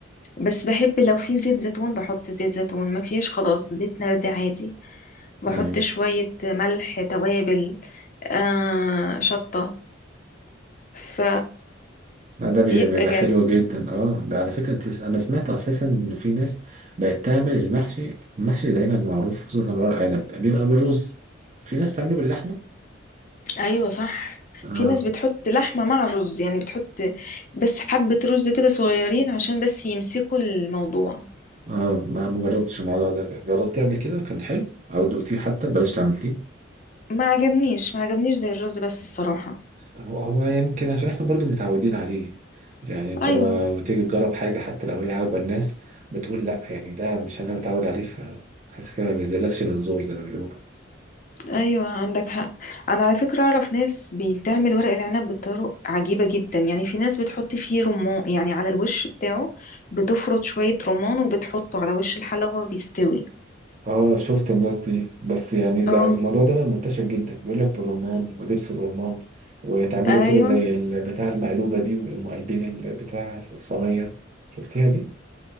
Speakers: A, on the left; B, on the right.
A: بس بحب لو في زيت زيتون بحط زيت زيتون ما فيش خلاص زيت نباتي عادي بحط
B: ايوه
A: شوية ملح توابل آه شطة ف
B: لا ده بي-
A: بيبقى
B: بيبقى
A: جميل
B: حلو جدا اه ده على فكرة انت انا سمعت اساسا ان في ناس بقت تعمل المحشي المحشي دايما معروف خصوصا ورق عنب بيبقى بالرز في ناس بتعمله باللحمة
A: ايوه صح
B: اه
A: في ناس بتحط لحمة مع الرز يعني بتحط بس حبة رز كده صغيرين عشان بس يمسكوا الموضوع
B: اه ما ما جربتش الموضوع ده جربتيه قبل كده كان حلو او دقتيه حتى بلاش تعملتيه
A: ما عجبنيش ما عجبنيش زي الرز بس الصراحة
B: هو هو يمكن عشان احنا برضو متعودين عليه يعني انت
A: ايوه
B: لما بتيجي تجرب حاجة حتى لو هي عاجبة الناس بتقول لا يعني ده مش انا متعود عليه فحاسس كده ما بينزلكش من زور زي ما بيقولوا
A: ايوه عندك حق انا على فكرة اعرف ناس بتعمل ورق العنب بطرق عجيبة جدا يعني في ناس بتحط فيه رمان يعني على الوش بتاعه بتفرط شوية رمان وبتحطه على وش الحلوة بيستوي
B: اه شفت الناس دي بس يعني ده
A: اه
B: الموضوع ده بقى منتشر جدا بيقول لك بالرمان ودبس الرمان وتعملوا
A: ايوه
B: كده زي البتاع المقلوبة دي ويقوموا قلبين البتاع في الصينية شفتيها دي؟